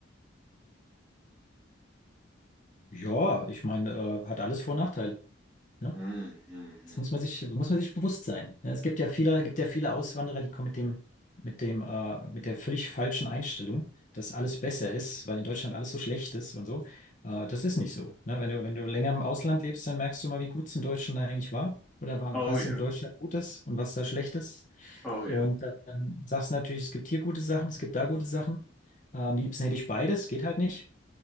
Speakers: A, on the left; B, in the centre.
A: Ja, ich meine, äh, hat alles Vor- und Nachteile. Ne?
B: Hm, hm,
A: Das
B: hm.
A: muss man sich, muss man sich bewusst sein. Ja, es gibt ja viele, gibt ja viele Auswanderer, die kommen mit dem, mit dem, äh, mit der völlig falschen Einstellung, dass alles besser ist, weil in Deutschland alles so schlecht ist und so. Äh, das ist nicht so. Ne? Wenn du, wenn du länger im Ausland lebst, dann merkst du mal, wie gut es in Deutschland eigentlich war oder wa-
B: Oh
A: was
B: ja.
A: in Deutschland gut ist und was da schlecht ist.
B: Oh ja.
A: Und dann sagst du natürlich, es gibt hier gute Sachen, es gibt da gute Sachen. Äh, Am liebsten hätte ich beides, geht halt nicht.